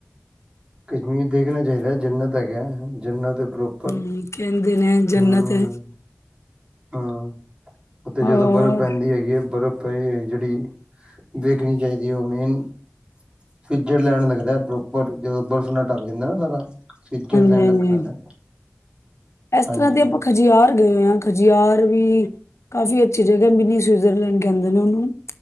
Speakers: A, on the right; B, on the left.
A: ਕਸ਼ਮੀਰ ਦੇਖਣਾ ਚਾਹੀਦਾ ਜੰਨਤ ਹੈਗਾ। ਜੰਨਤ ਐ ਪਰੋ ਪਰ,
B: ਹਮ ਕਹਿੰਦੇ ਨੇ ਜੰਨਤ
A: ਹਾਂ-ਹਾਂ।
B: ਹੈ
A: ਓ ਤੇ ਜਦੋਂ
B: ਹਾਂ,
A: ਬਰਫ਼ ਪੈਂਦੀ ਹੈਗੀ ਏ ਬਰਫ਼ ਪਈ ਜਿਹੜੀ, ਦੇਖਣੀ ਚਾਹੀਦੀ ਓ ਮੇਨ ਸਵਿਟਜ਼ਰਲੈਂਡ ਲੱਗਦਾ ਪ੍ਰੋਪਰ ਜਦੋਂ ਬਰਫ਼ ਨਾਲ ਢੱਕ ਜਾਂਦਾ ਨਾ ਸਾਰਾ। ਸਵਿਜਰਲੈਂਡ
B: ਹਾਂਜੀ ਹਾਂਜੀ
A: ਆਕਣ ਲਗਦਾ,
B: ਇਸ
A: ਹਾਂਜੀ।
B: ਤਰ੍ਹਾਂ ਦੇ ਆਪਾਂ ਖਜਿਆਰ ਗਏ ਹੋਏ ਆਂ, ਖਜਿਆਰ ਵੀ ਕਾਫ਼ੀ ਅੱਛੀ ਜਗ੍ਹਾ ਐ ਮਿਨੀ ਸਵਿਟਜ਼ਰਲੈਂਡ ਕਹਿੰਦੇ ਨੇ ਉਹਨੂੰ।